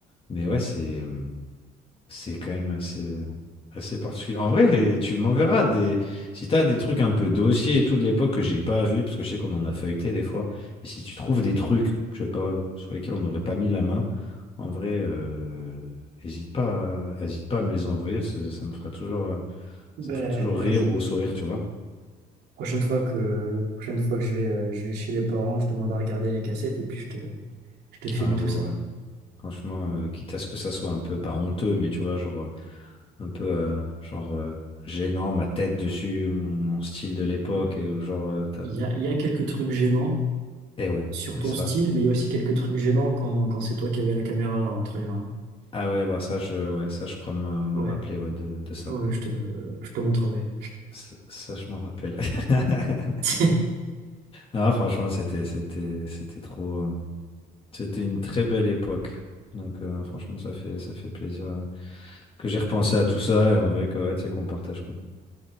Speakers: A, on the left (about 35°); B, on the right (about 80°).
A: mais ouais, c'est. mmh, C'est quand même assez, euh, assez particulier. En vrai, et tu m'enverras des. Si tu as des trucs un peu dossiers et tout de l'époque que j'ai pas vu, parce que je sais qu'on en a feuilleté des fois, mais si tu trouves des trucs, je sais pas, sur lesquels on n'aurait pas mis la main, en vrai, euh, hésite pas, à- hésite pas à me les envoyer, ça, ça me fera toujours, euh,
B: Ben,
A: ça me fera toujours
B: vas-y.
A: rire ou sourire, tu vois.
B: Prochaine fois que, prochaine fois que je vais, euh, je vais chez les parents, je te demande à regarder les cassettes et puis je te, je te filme
A: Ah ouais,
B: tout ça.
A: ouais. Franchement, euh, quitte à ce que ça soit un peu, pas honteux, mais tu vois, genre, euh, un peu, euh, genre, euh, gênant, ma tête dessus, mon, mon style de l'époque,
B: Il
A: et genre,
B: il y a, il y a quelques trucs gênants
A: Et ouais,
B: sur
A: c'est
B: ton
A: ça.
B: style, mais il y a aussi quelques trucs gênants quand, quand c'est toi qui avais la caméra entre les mains.
A: Ah ouais, bah ça, je, ouais, ça, je crois me, me
B: Ouais,
A: rappeler ouais, de, de ça.
B: ouais, je te, je te montrerai.
A: Ça, ça, je m'en rappelle. <laughs>
B: <laughs>
A: Non, franchement, c'était, c'était, c'était trop. euh, C'était une très belle époque. Donc, euh, franchement, ça fait, ça fait plaisir euh, que j'ai repensé à tout ça et en vrai que, ouais, tu sais, qu'on le partage, quoi.